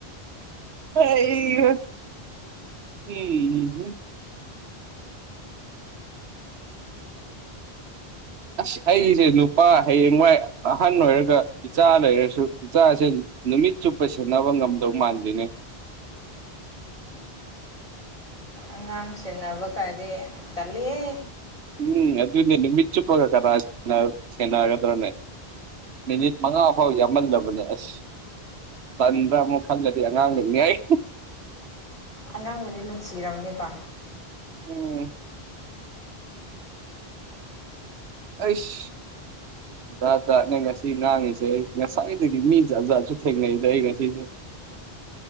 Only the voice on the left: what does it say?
ꯑꯉꯥꯡ ꯁꯦꯟꯅꯕ ꯀꯥꯏꯗꯤ ꯇꯠꯂꯤꯍꯦ
ꯑꯉꯥꯡꯕꯨꯗꯤ ꯅꯨꯡꯁꯤꯔꯝꯅꯤꯕꯥ